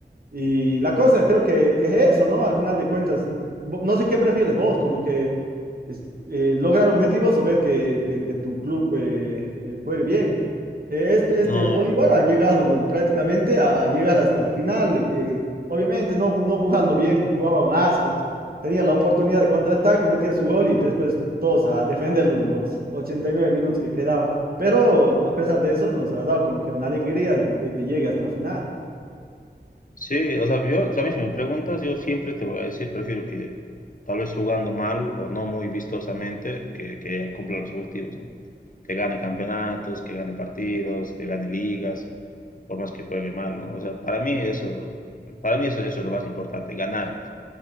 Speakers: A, on the right (about 55°); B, on the left (about 50°).
A: y la cosa creo que, que es eso, ¿no? Al final de cuentas, vo- no sé qué prefieres vos, como que es- eh, lograr objetivos o ver que, que- que tu club eh, eh, juegue bien. Eh, este, este
B: No,
A: Bolívar ha llegado prácticamente a llegar hasta la final, eh, obviamente no, no jugando bien, jugaba un asco. Tenía la oportunidad de contraataque, metía su gol y después todos a defender los, los 89 minutos que quedaban. Pero a pesar de eso, nos ha dado como que una alegría de que llegue hasta la final.
B: Sí, o sea, yo, a mí si me preguntas, yo siempre te voy a decir, prefiero que tal vez jugando mal o no muy vistosamente, que, que cumpla los objetivos, ¿no? Que gane campeonatos, que gane partidos, que gane ligas, por más que juegue mal, ¿no? O sea, para mí eso, para mí eso, eso es lo más importante, ganar.